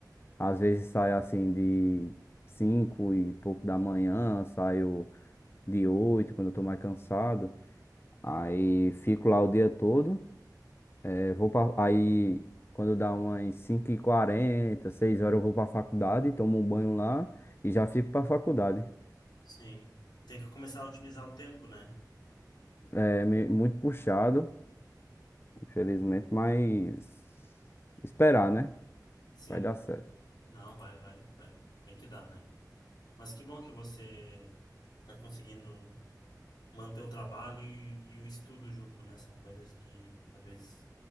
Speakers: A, on the left; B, on the left.
A: Às vezes saio assim de 5 e pouco da manhã, saio de 8 quando eu tô mais cansado. Aí fico lá o dia todo. Eu vou pra, aí, quando dá umas cinco e quarenta seis horas, eu vou pra faculdade, tomo um banho lá e já fico pra faculdade.
B: Sim. Tem que começar a otimizar o tempo, né?
A: É me- muito puxado, infelizmente, mas esperar, né?
B: Sim.
A: Vai dar certo.
B: Não, vai, vai, vai. Tem que dar, né? Mas que bom que você está conseguindo manter o trabalho e, e o estudo junto, né? São coisas que às vezes